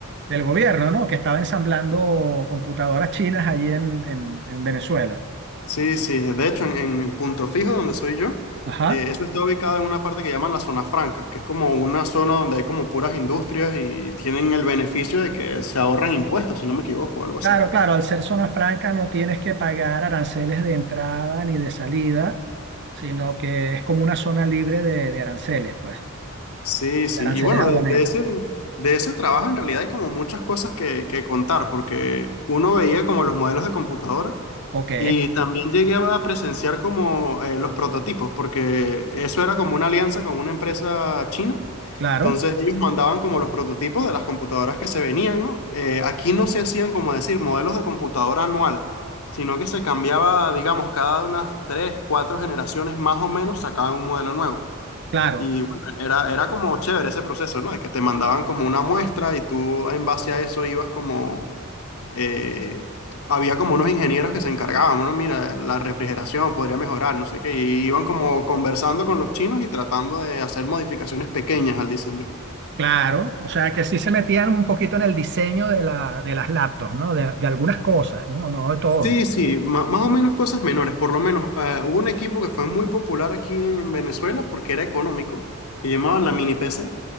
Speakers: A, on the right (about 55°); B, on the left (about 80°).
A: del gobierno, ¿no? Que estaba ensamblando computadoras chinas allí en, en- en Venezuela.
B: Sí, sí, eh, de hecho en, en Punto Fijo, donde soy yo,
A: Ajá.
B: eh, eso está ubicado en una parte que llaman la zona franca, que es como una zona donde hay como puras industrias y tienen el beneficio de que se ahorran impuestos, si no me equivoco, o algo así.
A: Claro, claro, al ser zona franca no tienes que pagar aranceles de entrada ni de salida, sino que es como una zona libre de, de aranceles, pues,
B: Sí, sí.
A: de aranceles
B: Y bueno,
A: aduaneros.
B: de, de ese, de ese trabajo en realidad hay como muchas cosas que, que contar, porque uno veía como los modelos de computadora
A: Ok,
B: y también llegué a presenciar como eh, los prototipos, porque eso era como una alianza con una empresa china.
A: claro,
B: Entonces ellos mandaban como los prototipos de las computadoras que se venían, ¿no? Eh, aquí no se hacían como decir modelos de computadora anual, sino que se cambiaba, digamos, cada unas tres, cuatro generaciones más o menos sacaban un modelo nuevo.
A: claro.
B: Y bueno, era, era como chévere ese proceso, ¿no? De que te mandaban como una muestra y tú en base a eso ibas como... eh, había como unos ingenieros que se encargaban, bueno, mira, la refrigeración podría mejorar, no sé qué, y iban como conversando con los chinos y tratando de hacer modificaciones pequeñas al diseño.
A: Claro, o sea que sí se metían un poquito en el diseño de, la, de las laptops, ¿no? De, de algunas cosas, ¿no? No de todo.
B: Sí, sí, ma- más o menos cosas menores, por lo menos eh, hubo un equipo que fue muy popular aquí en Venezuela porque era económico, que llamaban la mini PC.